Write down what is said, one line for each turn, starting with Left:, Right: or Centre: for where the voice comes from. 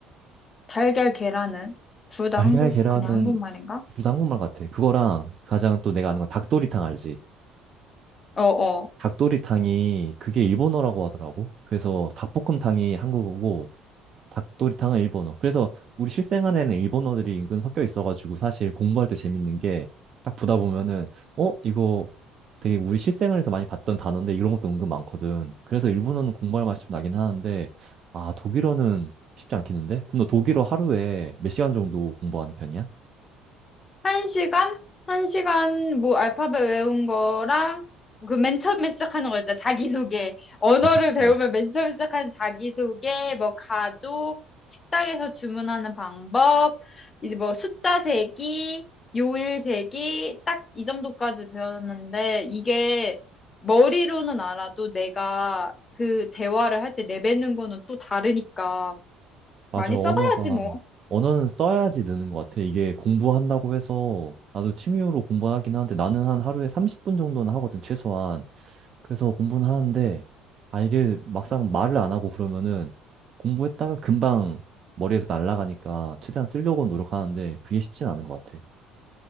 Left: 달걀, 계란은 둘
Right: 달걀
Left: 다 한국,
Right: 계란은
Left: 그냥 한국말인가?
Right: 둘다 한국말 같아. 그거랑 가장 또 내가 아는 건 닭도리탕 알지?
Left: 어, 어.
Right: 닭도리탕이 그게 일본어라고 하더라고. 그래서 닭볶음탕이 한국어고 닭도리탕은 일본어. 그래서 우리 실생활에는 일본어들이 은근 섞여 있어가지고 사실 공부할 때 재밌는 게 딱 보다 보면은 어? 이거 되게 우리 실생활에서 많이 봤던 단어인데 이런 것도 은근 많거든. 그래서 일본어는 공부할 맛이 좀 나긴 하는데 아 독일어는 쉽지 않겠는데? 그럼 너 독일어 하루에 몇 시간 정도 공부하는 편이야?
Left: 한 시간? 한 시간, 뭐, 알파벳 외운 거랑, 그 맨 처음에 시작하는 거 있잖아. 자기소개. 언어를
Right: 아, 그치.
Left: 배우면 맨 처음에 시작하는 자기소개, 뭐, 가족, 식당에서 주문하는 방법, 이제 뭐, 숫자 세기, 요일 세기, 딱 이 정도까지 배웠는데, 이게 머리로는 알아도 내가 그 대화를 할 때 내뱉는 거는 또 다르니까,
Right: 맞아,
Left: 많이
Right: 언어가,
Left: 써봐야지, 뭐.
Right: 언어는 써야지 느는 것 같아. 이게 공부한다고 해서, 나도 취미로 공부하긴 하는데, 나는 한 하루에 30분 정도는 하거든, 최소한. 그래서 공부는 하는데, 아, 이게 막상 말을 안 하고 그러면은, 공부했다가 금방 머리에서 날아가니까, 최대한 쓰려고 노력하는데, 그게 쉽진 않은 것 같아.